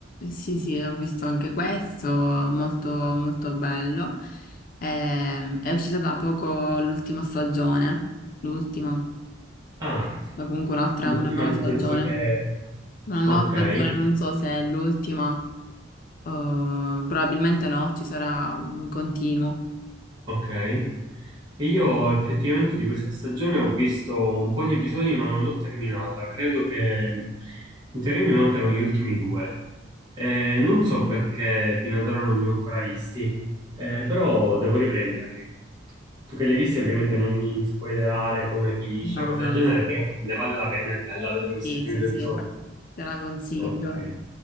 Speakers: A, on the left (about 45°); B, on the right (about 20°).
A: sì, sì, ho visto anche questo, molto, molto bello. Ehm, è uscita da poco l'ultima stagione, l'ultima,
B: Ah,
A: ma comunque un'altra,
B: l'ultima
A: una nuova
B: nel
A: stagione.
B: senso che...
A: Una nuova
B: Ok,
A: stagione, non so se è l'ultima, eh, probabilmente no, ci sarà un continuo.
B: ok. E io effettivamente di questa stagione ho visto un po' di episodi, ma non l'ho terminata. Credo che in teoria mi mancano gli ultimi due. Eh, non so perché fino ad ora non li ho ancora visti, eh, però devo riprenderli. Tu che li hai visti, ovviamente non mi spoilerare come finisce,
A: No,
B: cose
A: no,
B: del genere,
A: no.
B: però ne vale la pena, è bella vedere questi
A: Sì,
B: ultimi
A: sì,
B: due
A: sì,
B: episodi.
A: te la consiglio.
B: Ok,